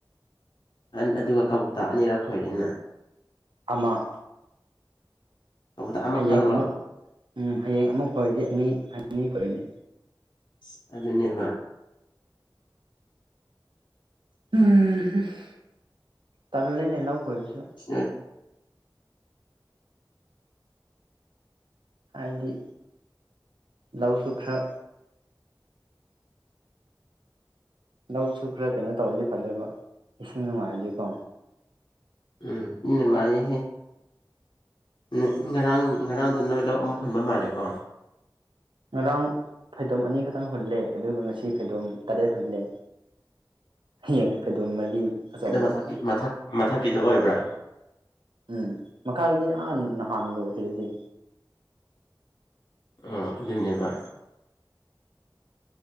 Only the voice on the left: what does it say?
ꯑꯟ ꯑꯗꯨꯒ ꯀꯕꯨꯇꯥ ꯑꯅꯤꯔꯛ ꯈꯣꯏꯔꯦꯅ
ꯀꯕꯨꯇꯥ ꯑꯃꯈꯛꯇꯪꯂꯣ
ꯑꯁ ꯑꯗꯨꯅꯦꯕ
<unintelligible>
ꯎꯝ ꯏ ꯅꯨꯡꯉꯥꯏꯌ‌ꯦꯍ‌ꯦ <unintelligible> ꯉꯔꯥꯡ ꯉꯔꯥꯡꯗꯣ ꯅꯣꯏ ꯂꯧ ꯑꯃꯨꯛ ꯍꯨꯟꯕ ꯃꯥꯜꯂꯦꯀꯣ
ꯑꯗꯨ ꯃꯊꯛꯀꯤ ꯃꯊꯛ ꯃꯊꯛꯀꯤꯗꯨ ꯑꯣꯏꯕ꯭ꯔꯥ
ꯑꯣ ꯑꯗꯨꯅꯦꯕ